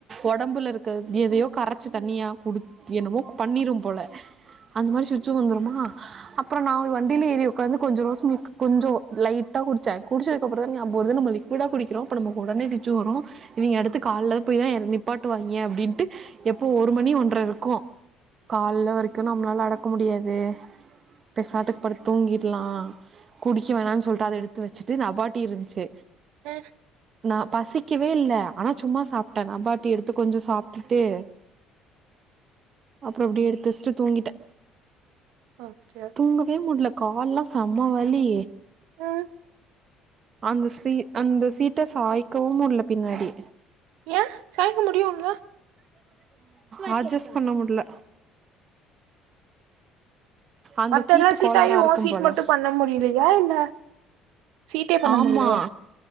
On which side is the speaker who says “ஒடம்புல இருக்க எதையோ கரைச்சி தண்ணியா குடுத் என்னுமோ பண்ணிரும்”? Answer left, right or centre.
Right